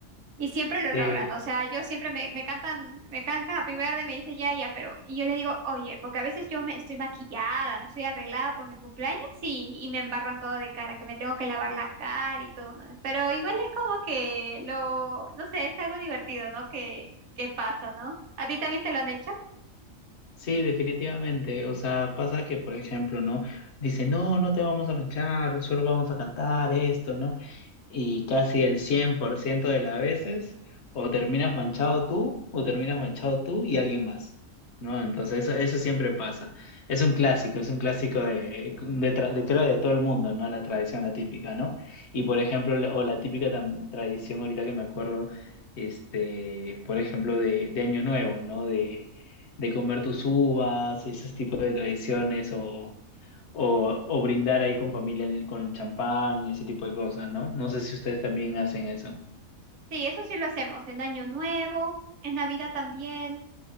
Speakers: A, on the right; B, on the left.
A: Y siempre lo
B: sí
A: logran. O sea, yo siempre me, me cantan, me cantan Happy Verde, me dice ya, ya, pero. Y yo le digo, oye, porque a veces yo me estoy maquillada, no estoy arreglada por mi cumpleaños y, y me embarran todo de cara, que me tengo que lavar la cara y todo, ¿no? Pero igual es como que lo, no sé, es algo divertido, ¿no? Que, que pasa, ¿no? ¿A ti también te lo han hecho?
B: Sí, definitivamente. O sea, pasa que, por ejemplo, ¿no? Dice, no, no te vamos a manchar, solo vamos a cantar esto, ¿no? Y casi el 100% de las veces, o terminas manchado tú, o terminas manchado tú y alguien más, ¿no? Entonces, eso, eso siempre pasa. Es un clásico, es un clásico de, eh, de, tra- de- creo, de todo el mundo, ¿no? La tradición, la típica, ¿no? Y, por ejemplo, la- o la típica tam- tradición, ahorita que me acuerdo, este, por ejemplo, de, de Año Nuevo, ¿no? de comer tus uvas, esos tipos de tradiciones o, o, o brindar ahí con familia en el- con champán y ese tipo de cosas, ¿no? No sé si ustedes también hacen eso.
A: Sí, eso sí lo hacemos en Año Nuevo, en Navidad también,